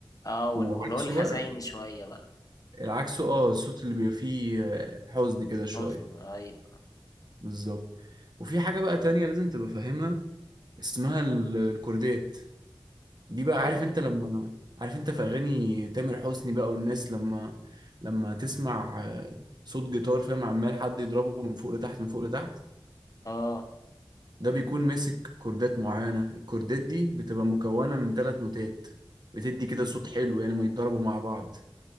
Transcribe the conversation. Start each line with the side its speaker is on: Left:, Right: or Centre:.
Left: اه وال-
Right: وعكسه
Left: واللي هو الحزيني
Right: بقى
Left: شويه بقى
Right: العكسه اه الصوت اللي بيبقى فيه آه، حزن كده شوية
Left: حزن ايوه
Right: بالظبط وفي حاجة بقى تانية لازم تبقى فاهمها اسمها ال- الكوردات دي بقى
Left: ايه
Right: عارف
Left: ده
Right: انت لما عارف انت في اغاني تامر حسني بقى والناس لما لما تسمع آه، صوت جيتار فاهم عمال حد يضربه من فوق لتحت من فوق لتحت
Left: اه
Right: ده بيكون ماسك كوردات معينة الكوردات دي بتبقى مكونة من ثلاث نوتات بتدي كده صوت حلو يعني لما يتضربوا مع بعض